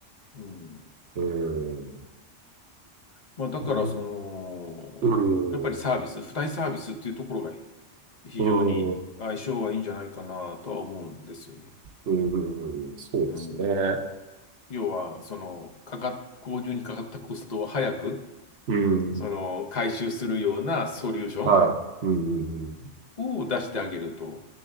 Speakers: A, on the left; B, on the right.
A: うん。
B: うーん。
A: まあ、だから、
B: うん
A: その、
B: うー
A: やっぱりサービス、
B: ん。
A: 付帯サービスっていうところが非常に相性がいいんじゃないかなとは思うんですよね。
B: うーん。うーん。そうですね。
A: うん。要は、その、かか、購入にかかったコストを早く、
B: うん。
A: その、回収するようなソリューション
B: はい。うん。
A: を出してあげると、